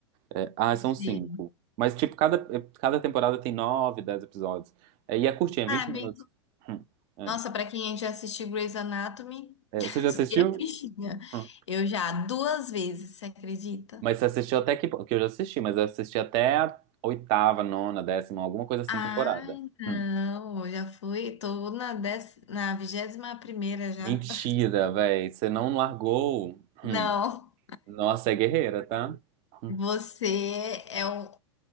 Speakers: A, on the right; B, on the left.
A: É, ah, são cinco.
B: Sim.
A: Mas, tipo, cada, eh, cada temporada tem nove, dez episódios. É, e é curtinha,
B: Ah,
A: 20
B: é
A: minutos.
B: bem.
A: Hum, é.
B: Nossa, pra quem já assistiu Grey's Anatomy,
A: É,
B: <laughs>
A: você já
B: subir
A: assistiu?
B: a fichinha.
A: Hum.
B: Eu já duas vezes, você acredita?
A: Mas você assistiu até que... Que eu já assisti, mas eu assisti até a oitava, nona, décima, alguma coisa assim,
B: Ai,
A: temporada.
B: não,
A: Hum.
B: já fui, tô na dez, na vigésima primeira já.
A: Mentira,
B: <laughs>
A: velho. Você não largou.
B: Não,
A: Hum. Nossa, é guerreira, tá? Hum.
B: você é um,